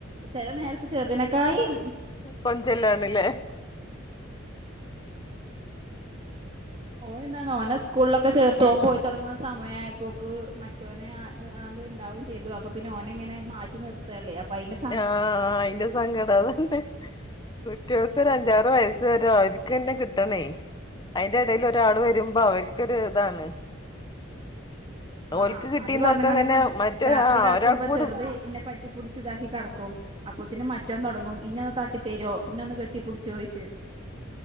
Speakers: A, on the right (about 30°); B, on the left (about 20°).
A: ചില നേരത് ചെറുതിനക്കായിം.
B: കൊഞ്ചലാണല്ലേ.
A: ഓനന്നാണ് ഓനെ സ്കൂളിലൊക്കെ ചേർത്ത് ഓൻ പോയിത്തടങ്ങുന്ന സമയപ്പോക്ക് മറ്റോനെ ആ ണ്ടാവും ചെയ്തു അപ്പൊ പിന്നൊനെങ്ങനെ മാറ്റി നിർത്തല്ലേ അപ്പ അയ്‌ന്റെ സ
B: ആ അയിന്റെ സങ്കടം അതന്നെ. കുട്ടികൾക്കൊരു അഞ്ചാറ് വയസ്സ് വരെ അവർക്കന്നെ കിട്ടണേ അയിന്റെ എടേൽ ഒരാള് വരുമ്പോ അവർക്കൊരു ഇതാണ്
A: ആഹ്
B: ഓൽക്ക് കിട്ടീന്നൊക്കെ
A: അത് പറഞ്ഞ്കാണ്ട്
B: ഇങ്ങനെ
A: തന്നെണ്
B: മറ്റേ
A: രാത്രി
B: ആഹ്
A: കിടക്കുമ്പോ
B: ഒരാൾക്കും കൂടി
A: ചെറുത് ഇന്നെ പറ്റ തട്ടി പുടിച്ചിതാക്കി കടക്കും അപ്പൊത്തിന് മറ്റോൻ തുടങ്ങും ഇന്നേ ഒന്ന് തട്ടി തരുഒ ഇന്നേ ഒന്ന് കെട്ടിപ്പുടിച്ചോ ചോയിച്ച്